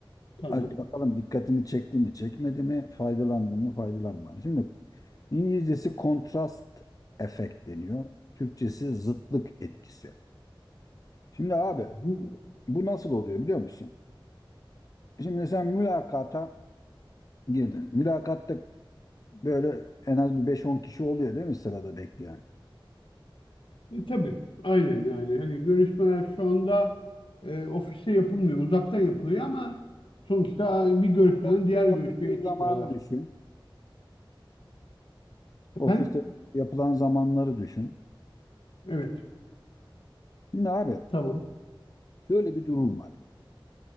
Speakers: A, on the left; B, on the left.
A: Tamam.
B: Hadi bakalım dikkatini çekti mi, çekmedi mi, faydalandı mı, faydalanmadı mı? Şimdi İngilizcesi kontrast efekt deniyor. Türkçesi zıtlık etkisi. Şimdi abi
A: Hı hı.
B: bu nasıl oluyor biliyor musun? Şimdi sen mülakata Girdin. Mülakatta böyle en az bir beş on kişi oluyor değil mi sırada bekleyen?
A: E, tabii. Aynen yani. Hani görüşmeler şu anda e, ofiste yapılmıyor. Uzaktan yapılıyor ama sonuçta bir görüşmeden
B: Ofiste
A: diğer
B: yapıldığı
A: görüşmeye
B: zamanı
A: çıkıyorlar.
B: düşün.
A: Efendim?
B: Ofiste yapılan zamanları düşün.
A: Evet.
B: Şimdi abi
A: Tamam.
B: böyle bir durum var.